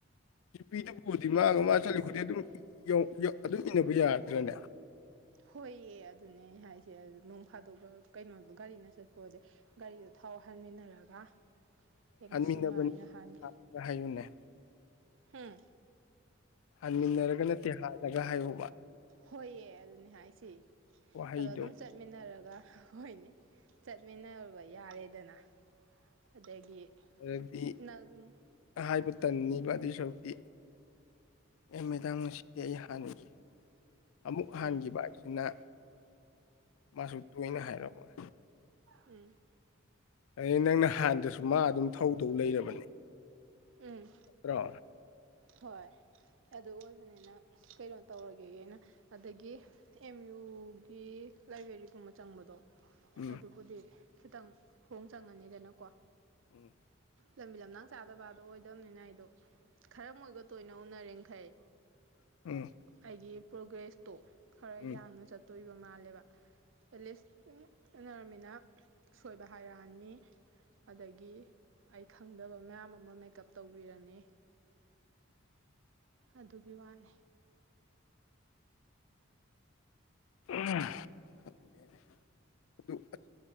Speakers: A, on the left; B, on the right.
A: ꯌꯄꯤꯗꯨ ꯄꯨꯔꯗꯤ ꯃꯥꯒ ꯃꯥ ꯆꯠꯂꯤ ꯈꯨꯗꯤ ꯑꯗꯨꯝ ꯑꯗꯨꯝ ꯏꯟꯅꯕ ꯌꯥꯗ꯭ꯔꯥꯅꯦ
B: ꯍꯣꯏꯌꯦ ꯑꯗꯨꯅꯦ ꯍꯥꯏꯁꯦ ꯅꯣꯡ ꯐꯥꯗꯣꯛꯁꯨ ꯀꯩꯅꯣꯗꯣ ꯒꯥꯔꯤꯅ ꯆꯠꯄ ꯑꯣꯏꯔꯗꯤ ꯒꯥꯔꯤꯗ ꯊꯥꯎ ꯍꯟꯃꯤꯟꯅꯔꯒ ꯑꯩ
A: ꯍꯟꯃꯤꯟꯅꯕꯅꯤ
B: ꯉꯁꯤꯃꯥꯏꯅ ꯍꯥꯟꯈꯤ
A: ꯍꯥꯜꯂꯒ ꯍꯥꯏꯌꯨꯅꯦ
B: ꯍꯝ
A: ꯍꯟꯃꯤꯟꯅꯔꯒ ꯅꯠꯇꯦ ꯍꯜꯂꯒ ꯍꯥꯏꯌꯣ
B: ꯍꯣꯏꯑ ꯑꯗꯨꯅꯦ ꯍꯥꯏꯁꯦ
A: ꯋꯥꯍꯩꯗꯣ
B: ꯑꯗꯣ ꯑꯗꯨꯝ ꯆꯠꯃꯤꯟꯅꯔꯒ ꯑꯗꯨꯒ ꯍꯣꯏꯅꯦ ꯆꯠꯃꯤꯟꯅꯔꯨꯕ ꯌꯥꯔꯦꯗꯅ ꯑꯗꯒꯤ
A: ꯍꯥꯏꯗꯤ
B: ꯅꯪ
A: ꯍꯥꯏꯕ ꯇꯟꯅꯤꯕ ꯁꯔꯛꯇꯤ ꯃꯦꯗꯥꯝ ꯉꯁꯤꯗꯤ ꯑꯩ ꯍꯥꯟꯅꯒꯤ ꯑꯃꯨꯛ ꯍꯟꯈꯤꯕ
B: ꯎꯝ
A: ꯍꯥꯏꯁꯤꯅ ꯃꯥꯁꯨ ꯇꯣꯏꯅ ꯍꯥꯏꯔꯛꯑꯣꯏ
B: ꯎꯝ
A: ꯑ ꯅꯪꯅ ꯍꯥꯏꯕꯥꯗꯁꯨ ꯃꯥ ꯑꯗꯨꯝ ꯊꯧꯗꯧ ꯂꯩꯔꯕꯅꯤ
B: ꯎꯝ
A: ꯑ꯭ꯔꯣ
B: ꯍꯣꯏ ꯑꯗꯨ ꯑꯣꯏꯕꯅꯤꯅ ꯀꯩꯅꯣ ꯇꯧꯔꯒꯦ ꯑꯩꯅ ꯑꯗꯒꯤ ꯑꯦꯝ ꯑꯗꯨꯨꯒꯤ ꯂꯥꯏꯕ꯭ꯔꯦꯔꯤꯒꯨꯝꯕ ꯆꯪꯕꯗꯣ
A: ꯎꯝ
B: ꯑꯗꯨꯕꯨꯗꯤ ꯈꯤꯇꯪ ꯈꯣꯡ ꯆꯪꯉꯅꯤꯗꯅꯀꯣ
A: ꯎꯝ
B: ꯂꯝꯕꯤ ꯂꯝꯂꯡ ꯆꯥꯗꯕꯗꯣ ꯑꯣꯏꯗꯕꯅꯤꯅ ꯑꯩꯗꯣ ꯈꯔ ꯃꯣꯏꯗꯣ ꯇꯣꯏꯅ ꯎꯅꯔꯤꯈꯩ
A: ꯎꯝ
B: ꯑꯩꯒꯤ ꯄ꯭ꯔꯣꯒ꯭ꯔꯦꯁꯇꯣ ꯈꯔ
A: ꯎꯝ
B: ꯌꯥꯡꯅ ꯆꯠꯇꯣꯏꯕ ꯃꯥꯜꯂꯦꯕ ꯑꯦꯂꯤꯁ ꯏꯅꯥꯔꯃꯤꯅꯥ ꯁꯣꯏꯕ ꯍꯥꯢꯔꯛꯑꯥꯅꯤ ꯑꯗꯒꯤ ꯑꯩ ꯈꯪꯗꯕ ꯃꯌꯥꯝ ꯑꯃ ꯃꯦꯀꯞ ꯇꯧꯕꯤꯔꯅꯤ ꯑꯗꯨꯒꯤ ꯋꯥꯅꯤ
A: ꯪꯑꯗꯨ